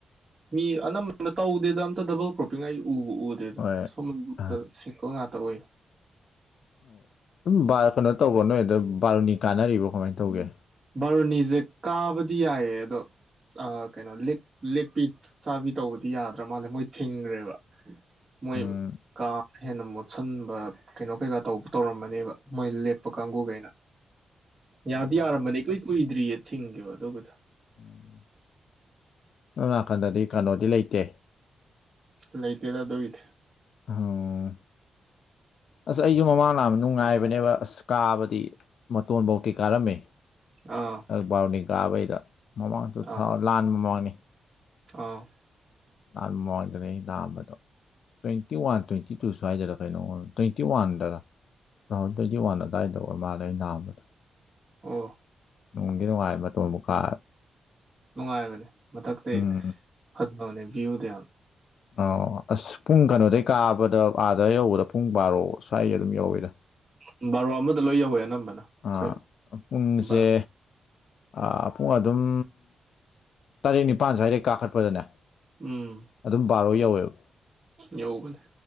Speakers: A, on the right; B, on the left.
A: ꯃꯤ ꯑꯅꯝꯕꯅ ꯇꯧꯗꯦꯗ ꯑꯝꯇ ꯗꯕꯜ ꯀ꯭ꯔꯣꯞꯄꯤꯡ ꯑꯩ ꯎꯕꯨ ꯎꯗꯦ ꯗꯦꯗ
B: ꯍꯣꯏ
A: ꯁꯣꯝ
B: ꯑꯥ
A: ꯁꯤꯡꯒꯜ ꯉꯥꯛꯇ ꯑꯣꯏꯌꯦ
B: ꯍꯣꯏ ꯑꯗꯨꯝ ꯕꯥꯜ ꯀꯩꯅꯣ ꯇꯧꯕ꯭ꯔꯣ ꯅꯣꯏ ꯑꯗ ꯕꯥꯔꯨꯅꯤ ꯀꯥꯟꯅꯔꯤꯕꯣ ꯀꯃꯥꯏ ꯇꯧꯒꯦ
A: ꯕꯥꯔꯣꯅꯤꯖꯦ ꯀꯥꯕꯗꯤ ꯌꯥꯏꯌꯦ ꯑꯗꯣ ꯑ ꯀꯩꯅꯣ ꯂꯦꯛ ꯂꯦꯛꯄꯤꯠ ꯆꯥꯕꯤ ꯇꯧꯕꯗꯤ ꯌꯥꯗ꯭ꯔꯥ ꯃꯥꯜꯂꯦ ꯃꯣꯏ ꯊꯤꯡꯒ꯭ꯔꯦꯕ ꯃꯣꯏ
B: ꯎꯝ
A: ꯀꯥ ꯑꯃ ꯍꯦꯟꯅ ꯃꯣꯠꯁꯟꯕ ꯀꯩꯅꯣ ꯀꯩꯀꯥ ꯇꯧꯕ ꯇꯧꯔꯝꯃꯅꯤꯕ ꯃꯣꯏ ꯂꯦꯛꯄ ꯀꯥꯡꯀꯨꯒꯩꯅ ꯌꯥꯗꯤ
B: ꯎꯝ
A: ꯌꯥꯔꯝꯕꯅꯤ ꯏꯀꯨꯏ ꯀꯨꯏꯗ꯭ꯔꯤꯌꯦ ꯊꯤꯡꯒꯤꯕꯦ ꯑꯗꯨꯒꯤꯗꯣ
B: ꯎꯝ ꯑꯗꯣꯝ ꯅꯥꯀꯟꯗꯗꯤ ꯀꯩꯅꯣꯗꯤ ꯂꯩꯇꯦ
A: ꯂꯩꯇꯦꯗ ꯑꯗꯨꯒꯤꯗꯤ
B: ꯎꯣ ꯑꯁ ꯑꯩꯖꯨ ꯃꯃꯥꯡ ꯂꯥꯛ ꯅꯨꯡꯉꯥꯏꯕꯅꯦꯕ ꯑꯁ ꯀꯥꯕꯗꯤ ꯃꯇꯣꯟꯕꯧꯗꯤ ꯀꯥꯔꯝꯃꯦ
A: ꯑꯥ
B: ꯕꯥꯔꯨꯅꯤ ꯀꯥꯕꯩꯗ ꯃꯃꯥꯡꯗ ꯇꯨ
A: ꯑꯥ
B: ꯊꯥꯎ ꯂꯥꯟꯕ ꯃꯃꯥꯡꯅꯤ
A: ꯑꯥ
B: ꯂꯥꯟ ꯃꯃꯥꯡꯗꯅꯦ ꯑꯩ ꯂꯥꯛꯑꯝꯕꯗꯣ ꯇ꯭ꯋꯦꯟꯇꯤ ꯋꯥꯟ ꯇ꯭ꯋꯦꯟꯇꯤ ꯇꯨ ꯁ꯭ꯋꯥꯗꯔꯥ ꯀꯩꯅꯣꯝ ꯑꯣꯢꯕꯅꯦ ꯇ꯭ꯋꯦꯟꯇꯤ ꯋꯥꯟꯗꯔꯥ ꯇꯨ ꯊꯥꯎꯖꯟ ꯇ꯭ꯋꯇꯤ ꯋꯥꯟ ꯑꯋꯥꯏꯗ ꯑꯣꯢ ꯃꯥꯜꯂꯦ ꯑꯩ ꯂꯥꯛꯑꯝꯕꯗꯣ
A: ꯑꯣ
B: ꯅꯨꯡꯗꯤ ꯅꯨꯡꯉꯥꯏ ꯃꯇꯣꯟꯕꯨ ꯀꯥ
A: ꯅꯨꯡꯉꯥꯏꯕꯅꯦ ꯃꯊꯛꯇ
B: ꯎꯝ
A: ꯐꯪꯕꯅꯦ ꯚ꯭ꯌꯨꯗꯣ ꯌꯥꯝ
B: ꯑꯣ ꯑꯁ ꯄꯨꯡ ꯀꯩꯅꯣꯗꯩ ꯀꯥꯕꯗ ꯑꯥꯗ ꯌꯧꯕꯗ ꯄꯨꯡ ꯕꯥꯔꯣ ꯁ꯭ꯋꯥꯏ ꯑꯗꯨꯝ ꯌꯧꯋꯤꯗ
A: ꯎꯝ ꯕꯥꯔꯣ ꯑꯃꯗ ꯂꯣꯏ ꯌꯧꯋꯦ ꯑꯅꯝꯕꯅ ꯑꯩꯈꯣꯏ
B: ꯑꯥ ꯄꯨꯡꯖꯦ
A: ꯕꯥꯔꯣꯅꯤ
B: ꯑꯥ ꯄꯨꯡ ꯑꯗꯨꯝ ꯇꯔꯦꯠ ꯅꯤꯄꯥꯟ ꯁ꯭ꯋꯥꯏꯗꯩ ꯀꯥꯈꯠꯄꯗꯅꯦ
A: ꯎꯝ
B: ꯑꯗꯨꯝ ꯄꯕꯥꯔꯣ ꯌꯧꯋꯦꯕ
A: ꯌꯧꯎꯕꯅꯦ